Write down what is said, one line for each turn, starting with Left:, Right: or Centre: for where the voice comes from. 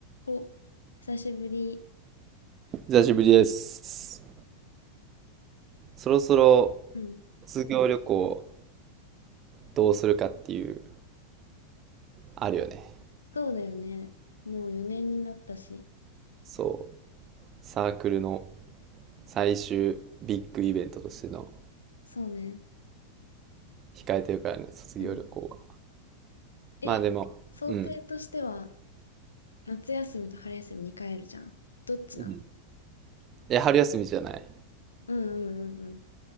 Left: お、久しぶり。
Right: 久しぶりです。そろそろ
Left: うん。
Right: 卒業旅行どうするかっていう、あるよね。
Left: そうだよね。もう4年になったし。
Right: そう。サークルの最終ビッグイベントとしての
Left: そうね。
Right: 控えてるからね、卒業旅行は。
Left: うん。え、
Right: まあでも、
Left: 想定としては、
Right: うん。
Left: 夏休みと春休みに帰るじゃん。どっちなの
Right: うん。え、春休みじゃない。
Left: うんうんうんうん。